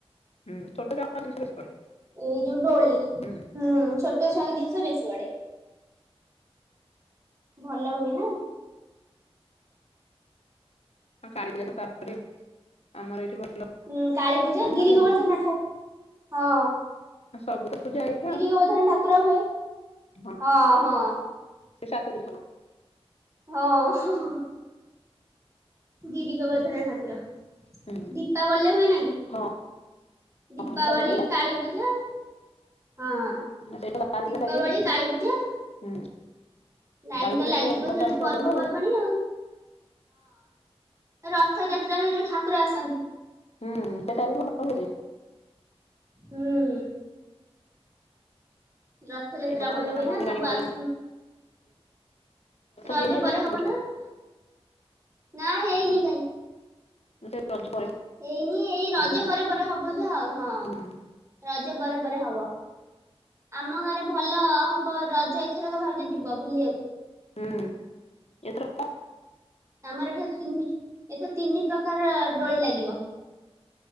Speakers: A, on the left (about 75°); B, on the right (about 30°).
A: ହୁଁ ଛୋଟ ଛୁଆଙ୍କ ଜିନସ ବେଶୀ ପଡେ।
B: ହୁଁ ଛୋଟ
A: ହୁଁ
B: ଚୁଆଙ୍କ ଜିନିଷ ବେଶୀ ବଡେ। ଭଲ ହୁଏ ନା।
A: କାଳି ପୂଜା ତ ତାପରେ ଆମର ଏଇଠି ଭଲ
B: ଉଁ କାଳୀ ପୂଜା
A: ହୁଏ
B: ଗିରି
A: ଆଉ
B: ଗୋବରର୍ଦ୍ଧନ ଠା
A: ହଁ ସବୁ ତ ପୂଜା ଏଇ
B: ଗିରି ଗୋବରର୍ଦ୍ଧନ ଠାକୁର ହୁଏ।
A: ହଁ ସେ ସାତ ଦିନ ହବ
B: ହଁ ହୋ ହୋ ଗିରି ଗୋବରର୍ଦ୍ଧନା ଠାକୁର
A: ହୁଁ
B: ଦୀପାବଳୀ ରେ ହୁଏନା କି?
A: ହଁ
B: ଦୀପାବଳି
A: ହଁ ହୁଏ
B: କାଳୀପୂଜା। ଦୀପାବଳି
A: ବା ସେଇଟା ଲାଗେ ସବୁ
B: କାଳୀପୂଜା।
A: ହୁଁ
B: ଲାଇନ
A: କାଳୀ
B: ତ
A: ପୂଜା
B: ଲାଗିଥିବ
A: ଭସାଣି
B: ସେଇଠୁ
A: ପୁରା
B: ପର୍ବପର୍ବାଣି
A: ଜୋରେ
B: ଆଉ। ରଥଯାତ୍ରାରେ ଯୋଉ ଠାକୁର ଆସନ୍ତି।
A: ହୁଁ ସେଟା ବି ଭଲ ହୁଏ ଯେ।
B: ହୁଁ ରଥଯାତ୍ରା
A: ଏ ବର୍ଷ
B: ଭଲ
A: ରଥ
B: ହୁଏ
A: କାମ
B: ନା
A: <unintelligible>
B: ସବୁ
A: ରଥ
B: ଆସ ରଜ
A: ତିଆରି ହେଲାଣି
B: ପରେ ହବ
A: ନା ହେଇନି?
B: ନା ହେଇନି କାଇଁ।
A: <unintelligible>
B: ହେଇନି ଏଇ
A: ହବ
B: ରଜ
A: ବୋଧେ
B: ପରେ ପରେ ହବ ଧେ ଆଉ ହଁ
A: ହୁଁ
B: ରଜ ପରେ ପରେ ହବ। ଆମ ଗାଁରେ ଭଲ ହବ ରଜ ଏଥରକ ଭାଉଜ ଯିବ ବୁଲିଆକୁ।
A: ହୁଁ, ଏଥରକ
B: ଆମର ଏଠାରେ ତିନି ଏଥର ତିନି ପ୍ରକାର ଡୋଳି ଲାଗିବ।